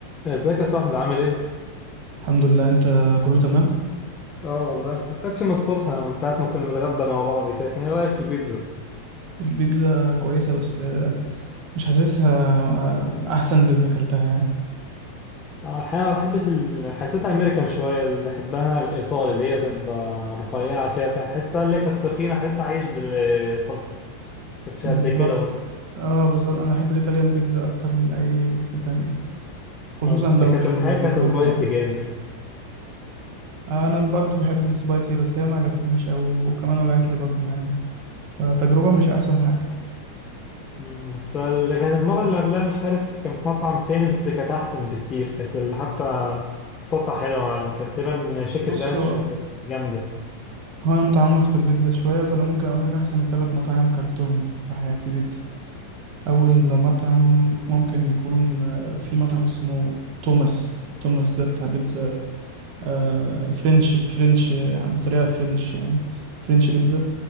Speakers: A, on the left (about 25°); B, on the right (about 40°).
A: ازيك يا صاحبي عامل ايه؟
B: الحمد لله انت كله تمام
A: اه والله ما شفتكش من الصبح من ساعة ما كنا بنتغدى مع بعض كده كان ايه رأيك في البيتزا؟
B: البيتزا كويسة بس آه، مش حاسسها آه، احسن بيتزا اكلتها يعني
A: آه، الحقيقة ما بحبش ال... حسيتها امريكان شوية اللي بحبها الايطالي اللي هي تبقى رفيعة كده بتاع حسها اللي هي كانت تخينة حس عايش بالصلصة كانتش
B: بالظبط
A: قد كده برضه
B: اه بالظبط انا بحب الايطاليان بيتزا اكتر من اي بيتزا تانية خصوصا
A: آه، بس
B: لو
A: كانت
B: بالبيبروني
A: الحقيقة كانت سبايسي
B: يعني
A: جامد
B: انا برضو بحب السبايسي بس هي ما عجبتنيش او وكمان وجعت لي بطني يعني فتجربة مش احسن حاجة
A: مم، بس اللي كانت المرة اللي قبلها مش عارف كان في مطعم تاني بس كانت أحسن بكتير كانت ال- حتى صوتها حلوة يعني كانت تبان شيكن
B: بص
A: رانش
B: هو
A: وكانت جامدة
B: هو انا متعمق في البيتزا شوية فانا ممكن اقول لك احسن ثلاث مطاعم كلتهم في حياتي بيتزا أول مطعم ممكن يكون آه، في مطعم اسمه توماس توماس ده بتاع بيتزا آه، فرنش فرنش آه، بطريقة فرنش يعني فرنش بيتزا